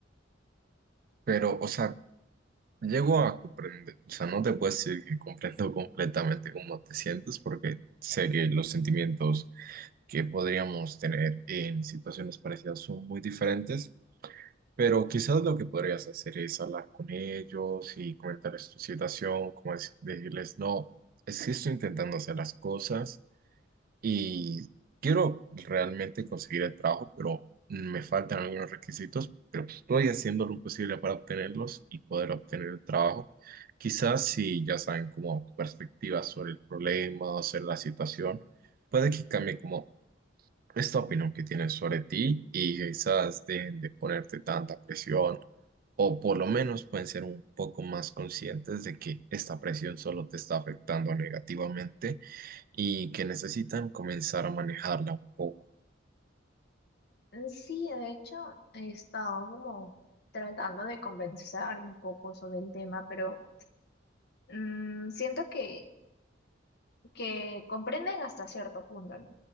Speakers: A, on the right (about 50°); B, on the left (about 60°).
A: Pero, o sea, Llego a comprender, o sea, no te puedo decir que comprendo completamente cómo te sientes, porque sé que los sentimientos que podríamos tener en situaciones parecidas son muy diferentes, pero quizás lo que podrías hacer es hablar con ellos y comentarles tu situación, como es- decirles, no, es que estoy intentando hacer las cosas y quiero realmente conseguir el trabajo, pero me faltan algunos requisitos, pero estoy haciendo lo posible para obtenerlos y poder obtener el trabajo. Quizás si ya saben como tu perspectiva sobre el problema o sobre la situación, puede que cambie como esta opinión que tienes sobre ti y quizás dejen de ponerte tanta presión o por lo menos pueden ser un poco más conscientes de que esta presión solo te está afectando negativamente y que necesitan comenzar a manejarla un poco.
B: Sí, de hecho, he estado como tratando de conversar un poco sobre el tema, pero mm, siento que que comprenden hasta cierto punto, ¿no?